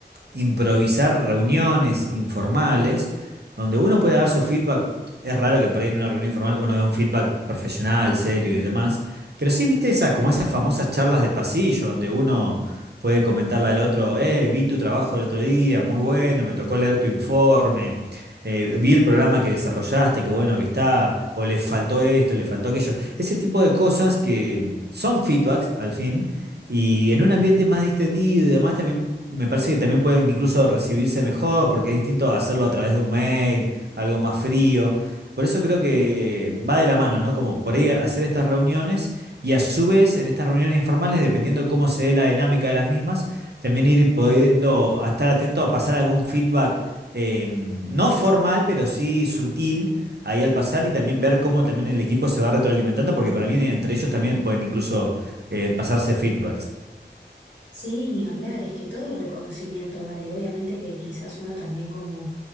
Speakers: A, on the right; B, on the left.
A: improvisar reuniones informales donde uno puede dar su feedback. Es raro que por ahí en una reunión informal uno dé un feedback profesional, serio y demás, pero sí, viste esas, como esas famosas charlas de pasillo donde uno puede comentarle al otro, eh, vi tu trabajo el otro día, muy bueno, me tocó leer tu informe. eh, vi el programa que desarrollaste, qué bueno que está, o le faltó esto, le faltó aquello. Ese tipo de cosas que son feedbacks al fin, y en un ambiente más distendido y demás, también me parece que también pueden incluso recibirse mejor, porque es distinto hacerlo a través de un mail, algo más frío. Por eso creo que va de la mano, ¿no? Como por ahí hacer estas reuniones y a su vez en estas reuniones informales, dependiendo de cómo se dé la dinámica de las mismas, también ir pudiendo a estar atento a pasar algún feedback eh, no formal, pero sí sutil ahí al pasar y también ver cómo también el equipo se va retroalimentando, porque para mí entre ellos también pueden incluso eh, pasarse feedbacks.
B: Sí, ni hablar, es que todo reconocimiento vale. Obviamente que quizás uno también como